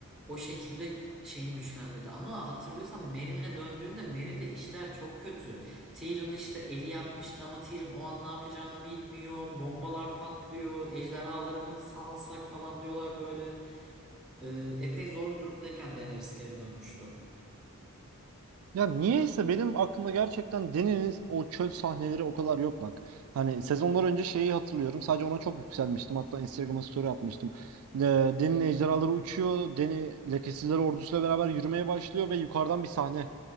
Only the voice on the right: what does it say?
Ya niyeyse benim aklımda gerçekten Deni'nin o çöl sahneleri o kadar yok bak. Hani sezonlar önce şeyi hatırlıyorum. Sadece ona çok yükselmiştim. Hatta Instagram'a story atmıştım. Ee, Deni'nin ejderhaları uçuyor. Deni lekesizler ordusuyla beraber yürümeye başlıyor ve yukarıdan bir sahne